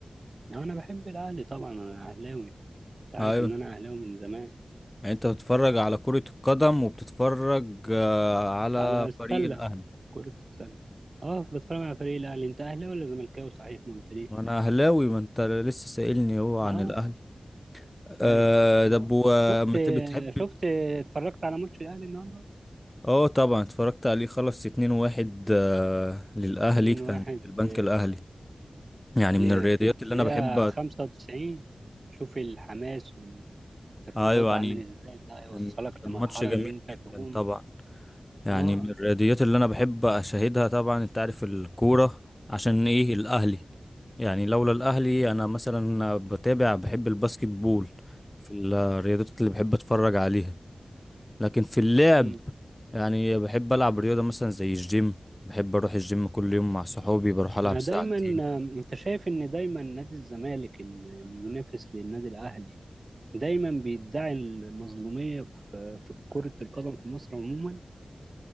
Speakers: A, on the right (about 55°); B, on the left (about 15°).
A: أنا بحب الأهلي طبعا أنا أهلاوي أنت عارف
B: ايوه
A: إن أنا أهلاوي من زمان
B: يعني انت بتتفرج على كره القدم وبتتفرج أه على
A: على السلة
B: فريق الاهلي
A: كرة السلة اه بتفرج على فريق الأهلي انت أهلاوي ولا زملكاوي صحيح ما قلتليش
B: وانا اهلاوي ما انت لسه سائلني هو عن
A: اه
B: الاهلي أه
A: ايوه ف... آه.
B: طب وما
A: شفت
B: انت بتحب
A: شفت اتفرجت على ماتش الأهلي النهارده
B: اه طبعا اتفرجت عليه خلص 2-1 آه، للأهلي
A: 2-1
B: كان ضد البنك
A: في
B: الأهلي يعني
A: ل-
B: من الرياضيات
A: في الدقيقة
B: اللي أنا بحب
A: 95
B: أت-
A: شوف الحماس وال- في
B: أيوة
A: الرياضة
B: يعني
A: عامل ازاي ده يوصلك
B: كان كان
A: لمرحلة
B: ماتش جميل
A: ان انت تقوم
B: جدا طبعا يعني
A: اه
B: من الرياضيات اللي أنا بحب أشاهدها طبعا أنت عارف الكورة عشان إيه الأهلي يعني لولا الأهلي أنا مثلا بتابع بحب الباسكت بول في الرياضيات اللي بحب أتفرج عليها لكن في اللعب
A: مم.
B: يعني بحب العب رياضه مثلا زي الجيم بحب اروح الجيم كل يوم مع صحابي بروح
A: ما
B: العب
A: دايما
B: ساعتين
A: آه، انت شايف ان دايما نادي الزمالك المنافس للنادي الاهلي دايما بيدعي المظلومية في في كرة القدم في مصر عموما